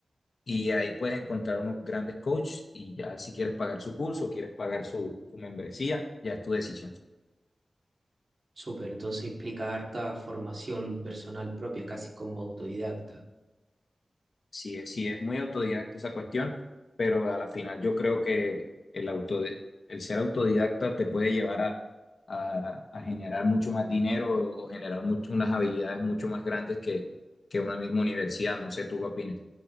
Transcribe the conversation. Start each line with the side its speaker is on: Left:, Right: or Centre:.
Left: y ahí puedes encontrar unos grandes coaches y ya si quieres pagar su curso, quieres pagar su, su membresía, ya es tu decisión.
Right: Súper, entonces implica harta formación personal propia, casi como autodidacta.
Left: Sí, es- sí, es muy autodidacta esa cuestión, pero a la final yo creo que el auto, el ser autodidacta te puede llevar a, a- a generar mucho más dinero o generar mucho, unas habilidades mucho más grandes que, que una misma universidad. No sé, ¿tú qué opinas?